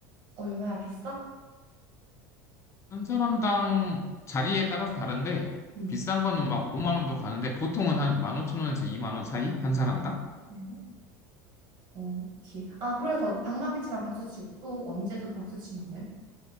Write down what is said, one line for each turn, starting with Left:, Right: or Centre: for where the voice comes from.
Right: 얼마야 비싸?
Left: 한 사람당 자리에 따라서 다른데
Right: 음.
Left: 비싼 거는 막 5만 원도 가는데 보통은 한 15,000원에서 2만 원 사이? 한 사람당?
Right: 네. 어, 오케이. 아, 그래서 그 방망이 치면 박수 치고 또 언제 또 박수 치면 돼?